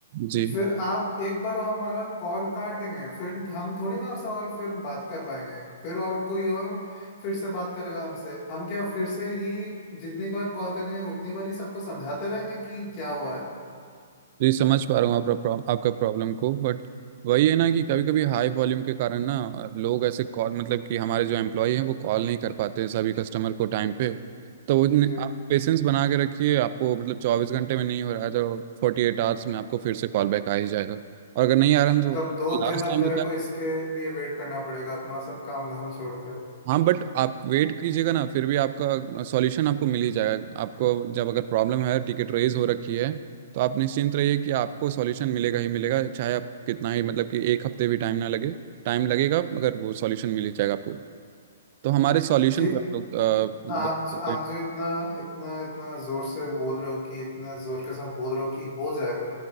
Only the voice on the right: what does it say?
जी
जी समझ पा रहा हूँ आपका प्रॉब- आपका प्रॉब्लम को बट वही है ना कि कभी कभी हाई वॉल्यूम के कारण ना लोग ऐसे कॉल मतलब कि हमारे जो एम्प्लॉय हैं वो कॉल नहीं कर पाते हैं सभी कस्टमर को टाइम पे तो उन-
आप पेशेंस बना के रखिए आपको मतलब चौबीस घंटे में नहीं हो रहा है तो फोर्टी एट आवर्स में आपको फिर से कॉल बैक आ ही जाएगा और अगर नहीं आ रहा है, तो
लास्ट
टाइम
हाँ बट आप वेट कीजिएगा ना फिर भी आपका सॉल्यूशन आपको मिल ही जाएगा आपको जब अगर प्रॉब्लम है टिकट रेज हो रखी है तो आप निश्चिंत रहिए कि आपको सॉल्यूशन मिलेगा ही मिलेगा चाहे आप कितना ही मतलब कि एक हफ्ते भी टाइम ना लगे टाइम लगेगा मगर वो सॉल्यूशन मिल ही जाएगा आपको तो हमारे सॉल्यूशन
पे आप लोग अ,
गौर
करते